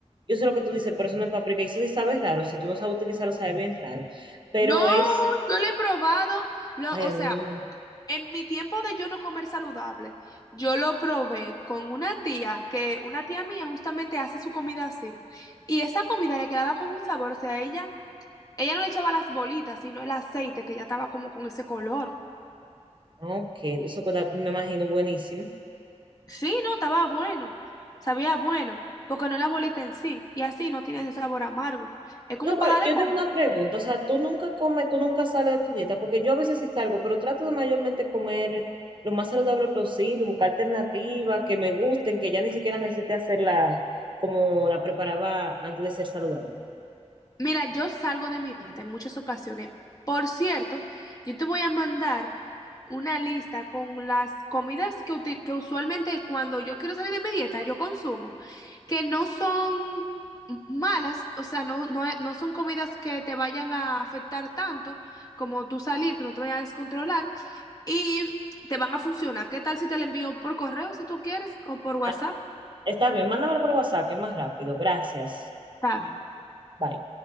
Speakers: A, on the right; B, on the left.
A: Yo sé lo que tú dices, pero eso no es paprika. Y eso sí sabe raro. Si tú no sabes utilizarlo, sabe bien raro. Pero
B: No,
A: es.
B: yo lo he probado. Lo,
A: Ay,
B: o
A: a
B: sea,
A: mí no me.
B: en mi tiempo de yo no comer saludable, yo lo probé con una tía que una tía mía justamente hace su comida así. Y esa comida le quedaba con un sabor, o sea, ella Ella no le echaba las bolitas, sino el aceite que ya estaba como con ese color.
A: Ok, eso queda, me imagino buenísimo.
B: Sí, no, estaba bueno. Sabía bueno, porque no es la bolita en sí. Y así no tiene ese sabor amargo. Es como
A: No, pero
B: para darle
A: yo
B: color.
A: tengo una pregunta. O sea, tú nunca comes, tú nunca sales de tu dieta, porque yo a veces sí salgo, pero trato de mayormente comer lo más saludable posible, buscar alternativas que me gusten, que ya ni siquiera necesite hacerla como la preparaba antes de ser saludable.
B: Mira, yo salgo de mi dieta en muchas ocasiones. Por cierto, yo te voy a mandar una lista con las comidas que, util- que usualmente cuando yo quiero salir de mi dieta, yo consumo, que no son malas, o sea, no, no, e- no son comidas que te vayan a afectar tanto como tú salir, que no te vayas a descontrolar y te van a funcionar. ¿Qué tal si te la envío por correo si tú quieres o por WhatsApp?
A: Ah, está bien, mándamelo por WhatsApp, que es más rápido. Gracias.
B: Está bien.
A: Bye.